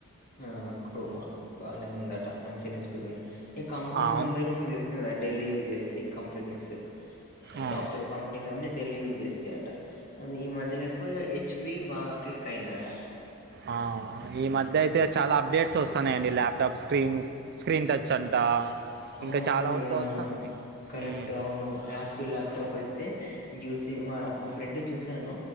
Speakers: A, on the left; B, on the right.
A: ఆ క్రోమా బాగానే ఉందట మంచినే స్పీడ్ ఉంది ఈ కంపెనీస్
B: ఆ
A: అందరు
B: అవును
A: మీకు తెలి సిందే కదా డెల్ యూస్ చేస్తాయి కంపెనీస్
B: ఆ
A: సాఫ్ట్వేర్ కం పెనీస్ అన్నీ డెల్ యూస్ చేస్తాయట అదే ఈ మధ్యలో ఎక్కువ హెచ్‌పి బాగా క్లిక్ అయిందట
B: ఆ
A: హ్మ్.
B: ఈ మధ్య
A: హ్మ్.
B: అయితే చాలా అప్డేట్స్ వస్తాన్నాయండి ల్యాప్టాప్ స్క్రీన్ స్క్రీన్ టచ్ అంట
A: అవునండి
B: ఇంకా చాలా వరకు
A: ఆ
B: వస్తుంది
A: కరెక్ట్
B: మ్మ్.
A: అ వును యాపిల్ ల్యాప్టాప్ అయితే జుసి మా మా ఫ్రెండ్‌ది చూసాను